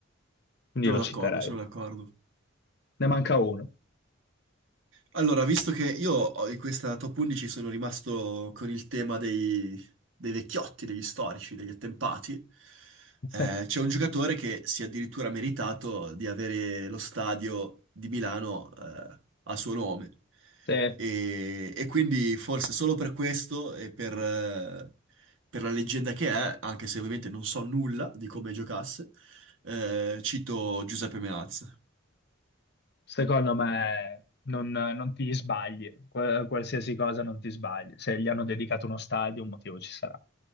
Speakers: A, on the left; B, on the right.
A: quindi
B: sono
A: lo
B: d'accordo,
A: citerei.
B: sono d'accordo.
A: Ne manca uno.
B: Allora, visto che io ho- in questa top 11 sono rimasto con il tema dei, dei vecchiotti, degli storici, degli attempati,
A: <laughs>
B: eh, c'è un giocatore che si è addirittura meritato di avere lo stadio di Milano, eh, a suo nome.
A: Sì,
B: E, e quindi forse solo per questo e per, eh, per la leggenda che è, anche se ovviamente non so nulla di come giocasse, eh, cito Giuseppe Meazza.
A: Secondo me non, non ti sbagli, Qua- qualsiasi cosa non ti sbagli. Se gli hanno dedicato uno stadio, un motivo ci sarà.